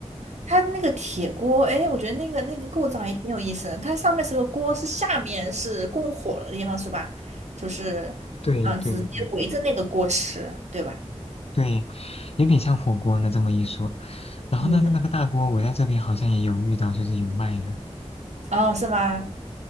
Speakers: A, on the right; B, on the left.
A: 它那个铁锅，哎，我觉得那个那个构造也挺有意思的。它上面是个锅，是下面是供火的地方，是吧？就是，
B: 对对对对，
A: 嗯、直接围着那个锅吃，对吧？
B: 对，有点像火锅呢，这么一说。然后那个那个大锅，
A: 嗯，
B: 我在这边好像也有遇到，就是有卖的。
A: 哦，是吗？